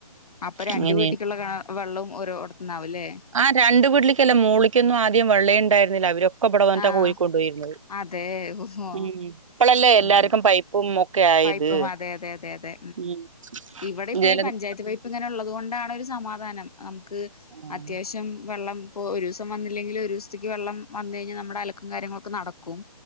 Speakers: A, on the left; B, on the right.
A: അപ്പൊ രണ്ട്
B: അങ്ങനെ
A: വീട്ടിക്കുള്ള ക വെള്ളവും ഓരോടത്തന്നാവുംല്ലേ
B: ആഹ് രണ്ടു വീട്ടിലിക്കല്ല മുളളിക്കൊന്നും ആദ്യം വെള്ളം ഉണ്ടായിരുന്നില്ല അവരൊക്കെ <unintelligible>
A: ആഹ്
B: കോരിക്കൊണ്ട് പോയിരുന്നത്
A: അതെ ഓഹോ
B: ഉ ഇപ്പോളല്ലേ എല്ലാർക്കും
A: ഉം
B: പൈപ്പ ഉം ഒക്കെ ആയത്
A: പൈപ്പും അതെ അതെ അതെ അതെ
B: ഉം <unintelligible>
A: ഇവിടെ ഈ പഞ്ചായത്ത് പൈപ്പ് ഇപ്പ ഇങ്ങനെ ഉള്ളത് കൊണ്ടാണ് ഒരു സമാധാനം നമുക്ക്
B: ഉം,
A: അത്യാവശ്യം വെള്ളം ഇപ്പൊ ഒരു ദിവസം വന്നില്ലെങ്കിൽ ഒരു ദിവസത്തേക്ക് വെള്ളം വന്ന് കഴിഞ്ഞാ നമ്മുടെ അലക്കും കാര്യങ്ങളൊക്കെ നടക്കും